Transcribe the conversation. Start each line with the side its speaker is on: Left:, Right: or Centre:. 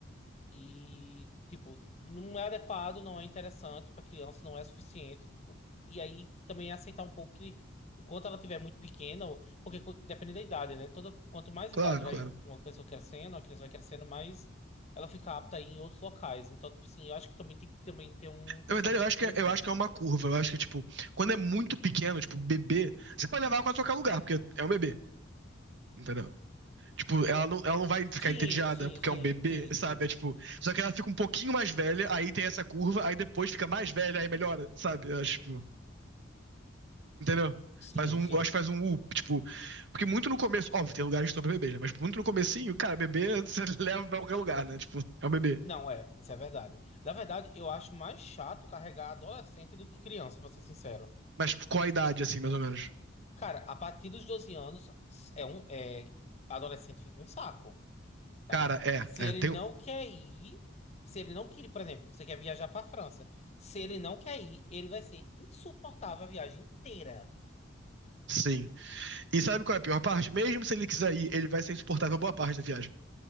Left: E, tipo, não é adequado, não é interessante para criança, não é suficiente. tipo, e aí também é aceitar um pouco que, enquanto ela estiver muito pequena, ou- porque co- depende da idade, né? Toda, quanto mais
Right: Claro,
Left: idade vai
Right: claro.
Left: uma pessoa crescendo, a criança vai crescendo, mais ela fica apta a ir em outros locais. Então, tipo assim, eu acho que também tem que também ter um pensamento
Right: Na verdade, eu acho
Left: em cima
Right: que é,
Left: disso.
Right: eu acho que é uma curva. Eu acho que, tipo, quando é muito pequeno, tipo, bebê, você pode levar ela quase a qualquer lugar, porque é um bebê, entendeu? Tipo, ela não, ela não vai ficar
Left: Sim,
Right: entediada
Left: sim,
Right: porque
Left: sim,
Right: é um bebê,
Left: sim, sim.
Right: sabe? É tipo, só que ela fica um pouquinho mais velha, aí tem essa curva, aí depois fica mais velha, aí melhora, sabe? Eu acho, tipo, Entendeu?
Left: Sim,
Right: Faz um,
Left: sim.
Right: eu acho que faz um U, tipo. Porque muito no começo, óbvio, tem lugares que estão pra bebê, né? Mas tipo, muito no comecinho, cara, bebê <laughs> você leva pra qualquer lugar, né? Tipo, é um bebê.
Left: Não, é, isso é verdade. Na verdade, eu acho mais chato carregar adolescente do que criança, pra ser sincero.
Right: Mas tipo, qual a idade, assim, mais ou menos?
Left: Cara, a partir dos 12 anos, é um, é, adolescente fica um saco, tá?
Right: Cara, é,
Left: Se
Right: é,
Left: ele
Right: tem.
Left: não
Right: um,
Left: quer ir, se ele não quer, por exemplo, você quer viajar pra França. Se ele não quer ir, ele vai ser insuportável a viagem inteira.
Right: Sim. E sabe qual é a pior parte? Mesmo se ele quiser ir, ele vai ser insuportável boa parte da viagem.